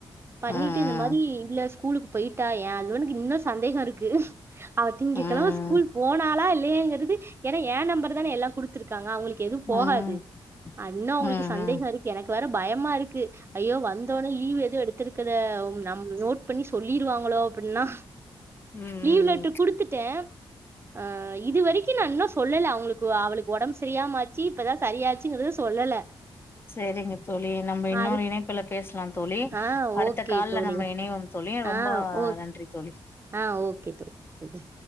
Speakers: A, on the right; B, on the left.
A: பண்ணிட்டு
B: ம்
A: இந்த மாரி இல்ல ஸ் கூலுக்கு போயிட்டா எ ஹஸ்பண்டுக்கு இன்னு சந்தேக இருக்கு அவ திங்க
B: ம் ம்
A: கெழம ஸ்கூல்
B: ம்
A: போனாலா இல் லயாங்குறது எனா ஏ நம்பர் தானே எல்லா குடுத்துற்காங்க அவுங்கள் கெது
B: ம்
A: போகாது
B: ம்
A: அன்ன அவுங்ளுக்கு
B: ம்
A: சந்தேக
B: ம்
A: இருகு எனக்கு வேற பயமா இருக்கு ஐயோ வந்தோனே லீவ் எது எடுத்துருக்குற நம் நோட் பண்ணி சொல்லிருவாங்களோ அப்புன்னா
B: ம் ம்
A: லீவ் லெட்டர் குடுத்துட்டே ஆ இது வரைக்கு நா இன்னு சொல்லல அவுங்ளுக்கு அவளுக்கு ஒடம்பு சரியாம ஆச்சி இப்பதா சரியாச்சிங்குறத சொல்லல
B: செரிங்க தோழி நம்ம இன்னொரு
A: அது
B: இணனப்புல பேசலா தோழி
A: ஆ
B: அடுத்த
A: ஓகே
B: கால்ல
A: தோழி.
B: நம்ம இணைவொம் தோழி ரொம்ப
A: ஆ ஓ
B: நன்றி தோழி
A: ஆ ஓகே தோழி ஓகே தோழி